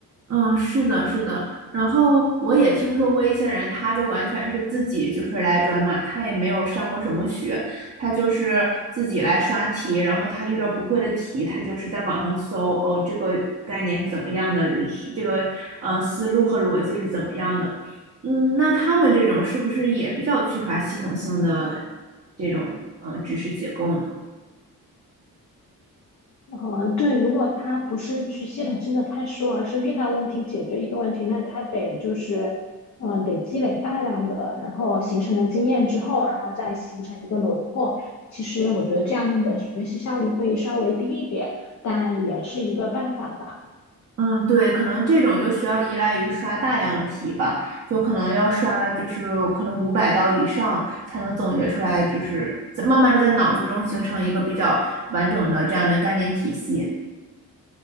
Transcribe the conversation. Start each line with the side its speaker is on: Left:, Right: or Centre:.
Right: 嗯，是的，是的。然后我也听说过一些人，他就完全是自己就是来转码，他也没有上过什么学，他就是自己来刷题，然后他遇到不会的题，他就是在网上搜，哦，这个概念是怎么样的，是这个呃思路和逻辑是怎么样的。嗯，那他们这种是不是也比较缺乏系统性的这种呃知识结构呢？
Left: 呃，对，如果他不是去系统性的看书，而是遇到问题解决一个问题，那他得就是，嗯、得积累大量的，然后形成了经验之后，然后再形成一个轮廓。其实我觉得这样的学习效率会稍微低一点，但也是一个办法吧。
Right: 嗯，对，可能这种就需要依赖于刷大量的题吧，就可能要刷，就是可能五百道以上才能总结出来，就是在慢慢的在脑子中形成一个比较完整的这样的概念体系。